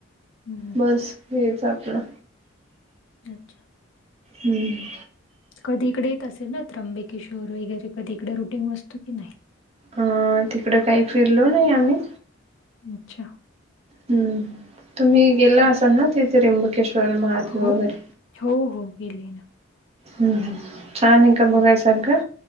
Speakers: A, on the left; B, on the right.
A: हम्म.
B: बस हेच आपलं.
A: अच्छा!
B: हम्म.
A: कधी इकडे येत असेल ना? त्रंबकेश्वर वगैरे कधी इकडे रुटीन असतो की नाही.
B: अ काही फिरलो नाही आम्ही.
A: अच्छा!
B: हम्म तुम्ही गेला
A: हं.
B: असाल ना? ते त्र्यंबकेश्वर महादेव.
A: हो
B: वगैरे
A: हो हो गेले ना.
B: हम्म हम् छान आहे का बघाय
A: हं.
B: सारखं.